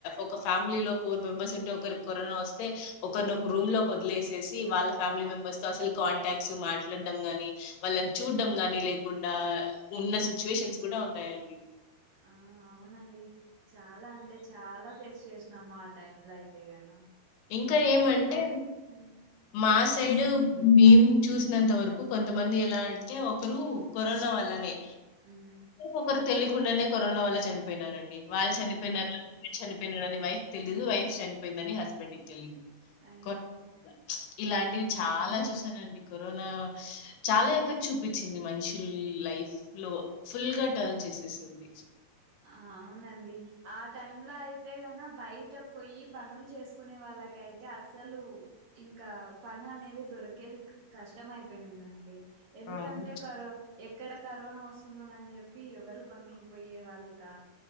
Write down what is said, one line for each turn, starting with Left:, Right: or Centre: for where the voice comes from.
Left: ఒక ఫ్యామిలీలో ఫోర్ మెంబెర్స్ ఉంటే ఒకరికి కరోనా వస్తే ఒకరిని ఒక రూమ్ లో వదిలేసేసి వాళ్ళ ఫ్యామిలీ మెంబర్స్ తో అసలు కాంటాక్ట్స్ మాట్లాడడం గాని వాళ్ళని చూడడం కానీ లేకుండా ఉన్న సిట్యుయేషన్ కూడా ఉన్నాయి అండి
Right: ఆ అవునండి చాలా అంటే చాలా ఫేస్ చేసినము ఆ టైమ్ లో అయితే గన
Left: ఇంకా ఏమంటే
Right: ఈవెన్ మ్మ్
Left: మాస్ సైడ్ మేము చూసినంత వరకు కొంతమంది ఎలా అంటే ఒకరు కరోనా వల్లనే
Right: మ్మ్
Left: ఒక్కరు తెలుగు కుండానే కరోనా వల్ల చనిపోయినారండి వాళ్ళు చనిపోయిన
Right: అయ్యో
Left: వీళ్ళు చనిపో <unintelligible> వైఫ్ తెలీదు వైఫ్ చనిపోయిందని హస్ <unintelligible> లి తెలీదు
Right: అయ్యో
Left: కొ <unintelligible> ఇలాంటివి
Right: మ్మ్
Left: చాలా చూసానండి కరోనా చాలా ఎఫక్ట్ చూపించింది మనుషుల్ లైఫ్ లో ఫుల్గా టర్న్ చేసేసింది
Right: ఆ అవునండి ఆ టైమ్ లో అయితే న బయట పోయి పనులు చేసుకునే వాళ్ళకయితే అస్సలు ఇంకా పని అనేది దొరికేది కష్టం అయిపోయిందండి ఎందుకంటే
Left: అవును,
Right: కరో ఎక్కడ కరోనా వస్తుందనని చెప్పి ఎవరు పనులకు పోయే వాళ్ళు కా